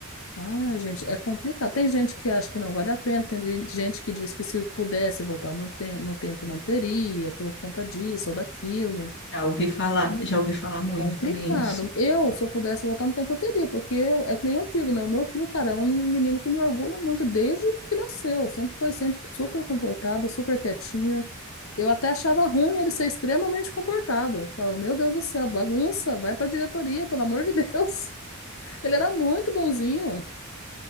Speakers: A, on the left; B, on the left.
A: Ai, gente, é complicado. Tem gente que acha que não vale a pena, tem gen- gente que diz que se pudesse voltar no, te no tempo não teria, por conta disso ou daquilo.
B: já ouvi falar, já ouvi falar muito
A: Complicado.
B: também isso.
A: Eu, se eu pudesse voltar no tempo, eu teria, porque é que nem eu digo, né? O meu filho, cara, é um menino que me orgulha muito desde que nasceu. Sempre foi sempre super comportado, super quietinho. Eu até achava ruim ele ser extremamente comportado. Falava, meu Deus do céu, bagunça, vai pra diretoria, pelo amor de Deus. <laughs> Ele era muito bonzinho.